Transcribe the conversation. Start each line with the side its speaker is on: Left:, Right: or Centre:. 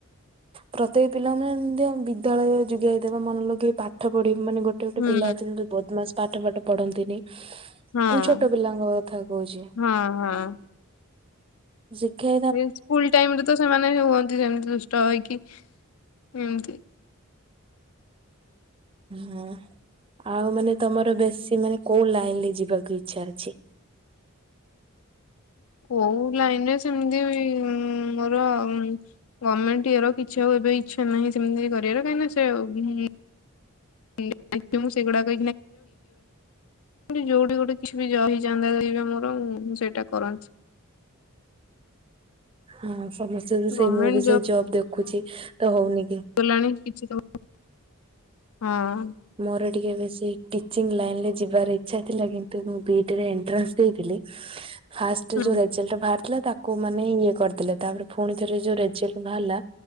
Right: ପ୍ରତ୍ୟେକ ପିଲାମାନେ ମଧ୍ୟ ବିଦ୍ୟାଳୟ ଯିବେ ଦେଖ ମନ ଲଗେଇ ପାଠ ପଢିବ ମାନେ ଗୋଟେ। ଗୋଟେ ଗୋଟେ
Left: ହୁଁ
Right: ପିଲା ଅଛନ୍ତି ବଦମାସ ପାଠ ପାଠ ପଢନ୍ତିନି।
Left: ହଁ।
Right: ଏ ଛୋଟ ପିଲାଙ୍କ କଥା କହୁଛି
Left: ହଁ ହଁ
Right: ଶିକ୍ଷା
Left: ଏ ସ୍କୁଲ ଟାଇମରେ ତ ସେମାନେ ହୁଅନ୍ତି ସେମିତି ଦୁଷ୍ଟ ହେଇକି ଏମିତି
Right: ହଁ ଆଉ ମାନେ ତମର ବେଶୀ ମାନେ କୋଉ ଲାଇନ୍ ରେ ଯିବାକୁ ଇଚ୍ଛା ଅଛି?
Left: କୋଉ ଲାଇନ୍ ରେ ସେମ୍ତି ବି ମୋର ଗମେଣ୍ଟ ଇଏର କିଛି ଆଉ ଏବେ ଇଚ୍ଛା ନାହିଁ ସେମ୍ତି କରିଆର କାହିଁକିନା ସେ <unintelligible> ମୁଁ ସେଗୁଡା <inaudible> ଯୋଉଠି ଗୋଟେ କିଛି ବି ଜବ୍ ହେଇଯାଆନ୍ତା ଯଦି ମୋର ମୁଁ ସେଇଟା କରନ୍ତି।
Right: ହଁ ସମସ୍ତେ ସେଇ
Left: ଗଭର୍ଣ୍ଣମେଣ୍ଟ
Right: ମୁଁ ବି ସେଇ ଜବ୍ ଦେଖୁଚି, ତ ହଉନି <unintelligible>
Left: ଗଲାଣି କିଛି <unintelligible> ହଁ।
Right: ମୋର ଟିକେ ବେଶୀ ଟିଚିଂ ଲାଇନ୍ ରେ ଯିବାର ଇଚ୍ଛା ଥିଲା, କିନ୍ତୁ ମୁଁ ବି ଇ ଡି ରେ ଏଣ୍ଟ୍ରାନ୍ସ ଦେଇଥିଲି ଫାସ୍ ଷ୍ଟେ
Left: ହୁଁ
Right: ଯୋଉ ରେଜଲ୍ଟ ବାହାରିଥିଲା ତାକୁ ମାନେ ଇଏ କରିଦଲେ, ତାପରେ ଫୁଣି ଥରେ ଯୋଉ ରେଜଲ୍ଟ ବାହାରିଲା